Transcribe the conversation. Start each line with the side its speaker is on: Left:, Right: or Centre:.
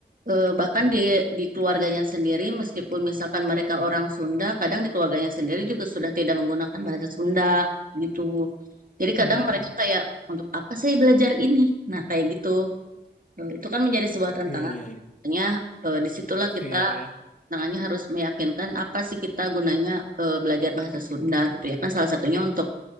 Right: eh, bahkan
Left: Hmm.
Right: di di keluarganya sendiri meskipun misalkan mereka orang Sunda, kadang di keluarganya sendiri juga sudah tidak menggunakan bahasa Sunda gitu. Jadi kadang
Left: Hmm.
Right: mereka kayak untuk apa saya belajar ini? Nah, kayak gitu. Eh, Itu kan menjadi sebuah tantangan.
Left: Iya, iya, iya.
Right: Makanya eh, disitulah kita
Left: Iya, iya.
Right: tangannya harus meyakinkan apa sih kita gunanya eh, belajar bahasa Sunda gitu ya kan salah satunya untuk